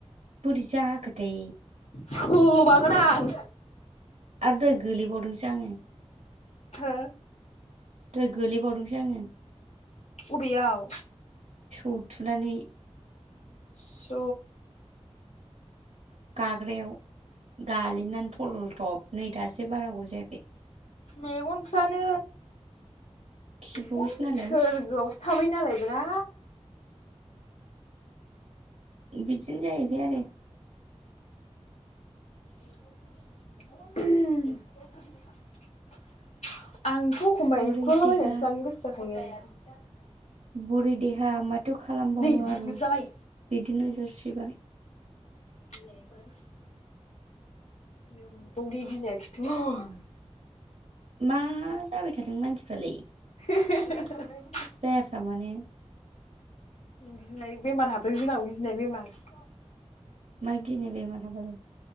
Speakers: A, on the right; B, on the left.
A: बुरजााख दै
B: सोबागोन आं
A: आरो दह गोलैबावदोंसो आङो
B: हो
A: द गोलैबावदोंसै आङो
B: उबैयाव
A: बौ थुनानै
B: स'
A: गाग्रायाव गालिनानै थलथब नै दासो बारा ग जायाखै
B: मेगनफ्रानो
A: खिबौसो
B: सोरगआव
A: नालाय
B: थाबाय नालाय बि्रा
A: बिदिनो जाहैबाय आरो
B: आंथ' एखमबा एख'लाबायायनानैसो लानो
A: बुरै
B: गोसो
A: देहा
B: जाखायो
A: बुरि देहा माथो खालामबावनो
B: नै बुनो
A: आरो
B: जाबाय
A: बिदिनो जसिब
B: <inaudible> <unintelligible>
A: मा जाबाय थादों मानसिफ्रालाय
B: ह
A: जायफ्राामानि
B: गिनाय बेमार हाबदों जोंनाव गिनाय बेमार
A: मा गिनो बेमार हाबालाय